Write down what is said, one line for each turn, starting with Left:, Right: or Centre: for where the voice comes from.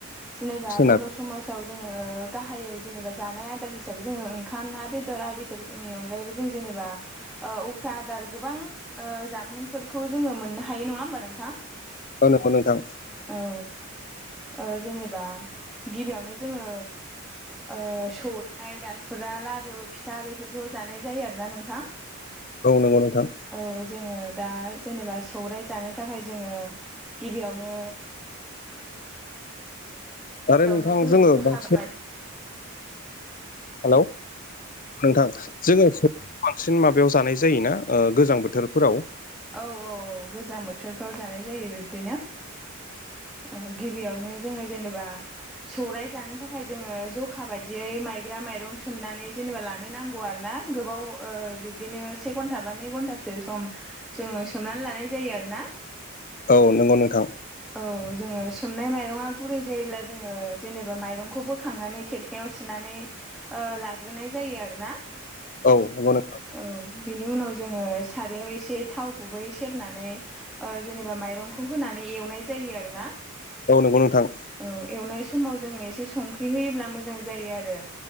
Centre: जेनेबा
Left: सोनार
Centre: बर' स समाजाव जोङो गाहायै जेनेबा जानाय आदार हिसाबै जोङो ओंखाम ना बेदर आरि फोरनि अनगायैबो जों जेनेबा ओ उफ्रा आदार गोबां ओ जामुंफोर खौ जोङो मोननो हायो नङा होमबा नोंथां?
Left: औ नंगौ नोंथां
Centre: औ औ ओ जेनेबा गिबियावनो जोङो ओ सौरायाइ दाखुरा लारु फिथा बेफोरखौ जानाय जायो आरोना नोंथां।
Left: औ नंगौ नोंथां
Centre: औ जोङो दा जेनेबा सौराइ जानो थाखाय जोङो गिबियावनो
Left: आरो
Centre: यावनो
Left: नोंथां
Centre: जोङो जखा
Left: बांसिन
Centre: बा
Left: हेल' <inaudible> नोंथां जोङो स बांसिन माबायाव जानाय जायोना ओ गोजां बोथोरफोराव।
Centre: औ औ औ गोजां बोथोरफ्राव जानाय जायो बिब्दिनो। औ गिबियावनो जोङो जेनेबा सौराय जानो थाखाय जोङो जखा बायदियै माइब्रा माइरं सोमनानै जेनेबा लानो नांगौ आरो ना। गोबाव बिब्दिनो से घन्टा बा नै घन्टासो सम जोङो सोमनानै लानाय जायो आरो ना।
Left: औ नंगौ नोंथां।
Centre: औ जोङो सोमनाय माइरङा गुरै जायोब्ला जोङो जेनेबा माइरंखौ बोखांनानै खेरखायाव सुनानै लाग्रोनाय जायो आरो ना।
Left: औ नंगौ नोंथां।
Centre: औ बेनि उनाव जोङो सारायाव एसे थाव गुबै सेरनानै ओ जेनेबा माइरंखौ होनानै एवनाय जायो आरो ना।
Left: औ नंगौ नोंथां।
Centre: औ एवनाय समाव जोङो एसे संख्रि होयोब्ला मोजां जायो।